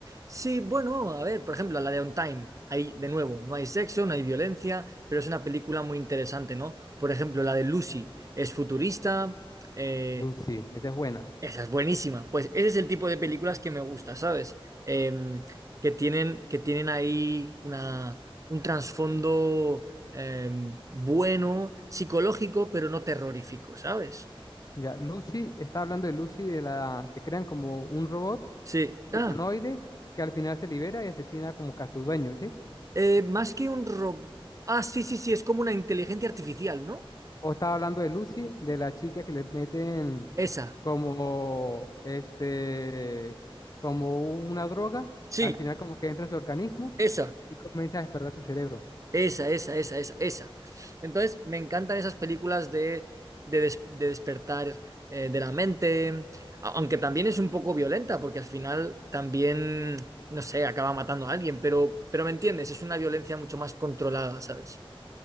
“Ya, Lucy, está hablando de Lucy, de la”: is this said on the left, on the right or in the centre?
Left